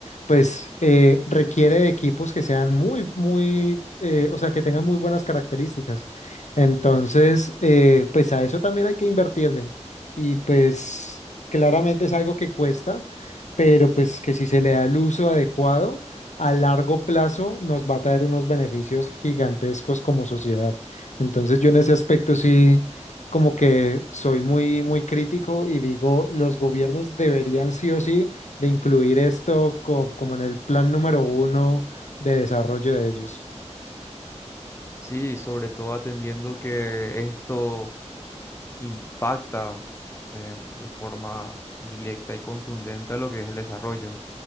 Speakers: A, on the left; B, on the left.
A: pues eh, requiere de equipos que sean muy, muy... eh, o sea, que tengan muy buenas características. Entonces, eh, pues a eso también hay que invertirle y pues claramente es algo que cuesta, pero pues que si se le da el uso adecuado, a largo plazo nos va a traer unos beneficios gigantescos como sociedad. Entonces yo en ese aspecto sí como que soy muy muy crítico y digo, los gobiernos deberían sí o sí de incluir esto co- como en el plan número uno de desarrollo de ellos.
B: Sí, sobre todo atendiendo que esto impacta en- de forma directa y contundente a lo que es el desarrollo.